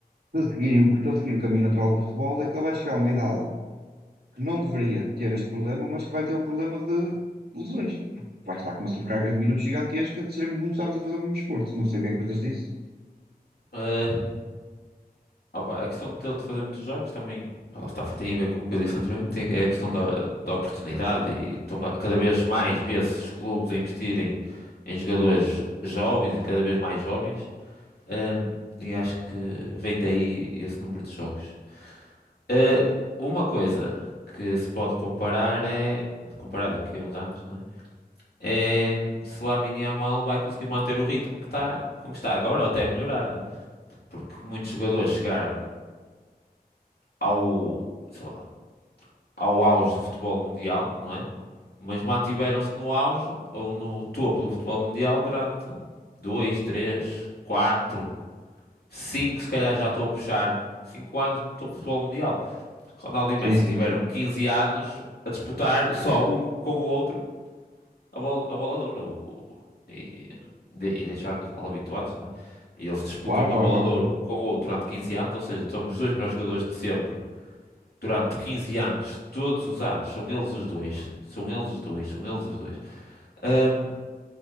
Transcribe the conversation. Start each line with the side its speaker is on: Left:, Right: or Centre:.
Right: se, seguirem, o- se ele seguir o caminho natural do futebol, é que ele vai chegar a uma idade que não deveria ter este problema, mas que vai ter o problema de lesões. Porque vai estar com uma sobrecarga de minutos gigantesca de serem muitos anos a fazer o mesmo desporto. Não sei o que é que vocês dizem.
Left: Ah, Opa, a questão dele de fazer muitos jogos também, pá, lá está, tem a ver com o que eu disse anteriormente, tem, é a questão da, da oportunidade e estão a- cada vez mais vê-se os clubes a investirem em jogadores jovens e cada vez mais jovens, Ahm, e acho que vem daí esse número de jogos. Ah, uma coisa que se pode comparar é, comparar daqui a uns anos, não é? É se Lamine Yamal vai conseguir manter o ritmo que está, como está agora ou até melhorar, não é? Porque muitos jogadores chegaram ao sei lá, ao auge do futebol mundial, não é? Mas mantiveram-se no auge ou no topo do futebol mundial durante dois, três, quatro, cinco, se calhar já estou a puxar, cinco anos no topo do futebol mundial. Ronaldo e Messi
Right: Sim, sim,
Left: tiveram
Right: sim. sim.
Left: 15 anos a disputar só um com o outro a bola, a bola de ouro. O- o- E, de- e deixaram-nos mal habituados, não é? E eles disputam
Right: Claro, claro,
Left: a bola
Right: claro.
Left: de ouro um com o outro durante 15 anos, ou seja, são os dois melhores jogadores de sempre durante 15 anos, todos os anos, são eles os dois, são eles os dois, são eles os dois. Ahm,